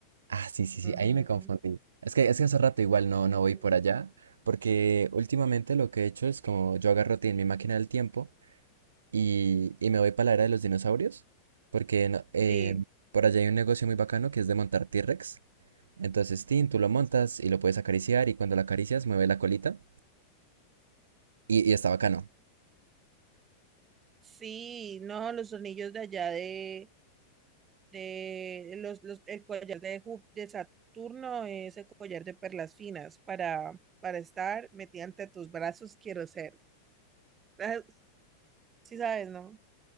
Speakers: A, on the right; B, on the right.
A: Ah, sí, sí,
B: Ujú,
A: sí, ahí me confundí. Es que, es que hace rato igual no, no
B: Sí.
A: voy por allá, porque últimamente lo que he hecho es como yo agarro ti en mi máquina del tiempo y, y me voy para la era de los dinosaurios, porque no- eh,
B: Sí,
A: por allá hay un negocio muy bacano que es de montar T-Rex. Entonces, Tin, tú lo montas y lo puedes acariciar y cuando lo acaricias mueve la colita y, y está bacano.
B: sí, no, los anillos de allá de, de los, los- el collar de, Jú- de Saturno es el collar de perlas finas para, para estar metida ante tus brazos, quiero ser. <laughs> Ah, Sí sabes, ¿no?